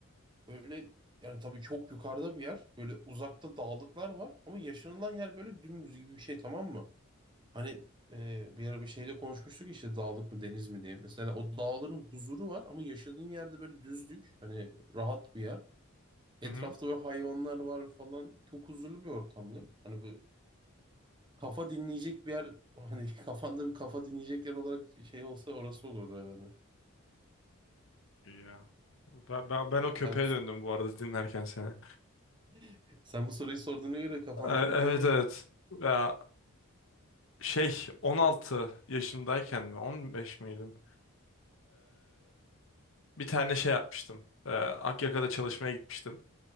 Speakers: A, on the right (about 20°); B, on the left (about 60°).
A: Böyle yani tabii çok yukarıda bir yer. Böyle uzakta dağlıklar var. Ama yaşanılan yer böyle dümdüz gibi bir şey tamam mı? Hani e, bir ara bir şeyde konuşmuştuk işte dağlık mı deniz mi diye. Mesela o dağların huzuru var ama yaşadığın yerde böyle düzlük. Hani rahat bir yer. Etrafta
B: Hı hı.
A: böyle hayvanlar var falan. Çok huzurlu bir ortamdı. Hani böyle kafa dinleyecek bir yer hani <laughs> kafanda bir kafa dinleyecek yer olarak şey olsa orası olurdu herhalde.
B: İyi Ya. Ben, ben, ben o köpeğe
A: Sen bu,
B: döndüm bu arada dinlerken seni. E-
A: <laughs> sen bu soruyu sorduğuna göre kafanda
B: Evet
A: öyle bir yer var.
B: evet. Ya, şey 16 yaşındayken mi 15 miydim? bir tane şey yapmıştım. Ee, Akyaka'da çalışmaya gitmiştim